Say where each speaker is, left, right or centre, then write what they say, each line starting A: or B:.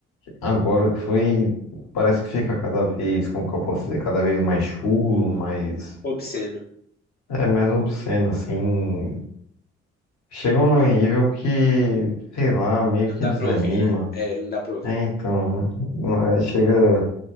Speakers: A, on the left (about 55°); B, on the left (about 30°).
A: agora que foi. Parece que fica cada vez, como que eu posso dizer, cada vez mais chulo, mais.
B: Obsceno.
A: É mais obsceno, assim, Chegam num nível que, sei lá, meio
B: Não
A: que
B: dá
A: desanima.
B: pra ouvir, né? É, não dá pra ouvir.
A: né? então, não é- chega a